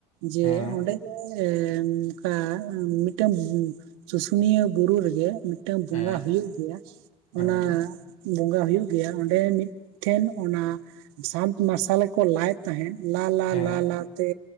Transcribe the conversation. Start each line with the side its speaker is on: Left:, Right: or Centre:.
Right: ᱡᱮ
Left: ᱦᱮᱸ
Right: ᱚᱸᱰᱮ ᱮ ᱚᱱᱠᱟ ᱢᱤᱫᱴᱟᱝ ᱥᱩᱥᱩᱱᱤᱭᱟᱹ ᱵᱩᱨᱩ ᱨᱮᱜᱮ ᱢᱤᱫᱴᱟᱝ ᱵᱚᱸᱜᱟ
Left: ᱦᱮᱸ
Right: ᱦᱩᱭᱩᱜ ᱜᱮᱭᱟ
Left: ᱦᱮᱸ
Right: ᱚᱱᱟ
Left: ᱜᱚᱝᱠᱮ
Right: ᱵᱚᱸᱜᱟ ᱦᱩᱭᱩᱜ ᱜᱮᱭᱟ ᱚᱸᱰᱮ ᱢᱤᱫᱴᱷᱮᱱ ᱚᱱᱟ ᱥᱟᱛ ᱢᱟᱨᱥᱟᱞᱮ ᱠᱚ ᱞᱟᱭ ᱛᱟᱦᱮᱡ ᱞᱟ-ᱞᱟ-ᱞᱟ-ᱞᱟ
Left: ᱦᱮᱸ
Right: ᱛᱮ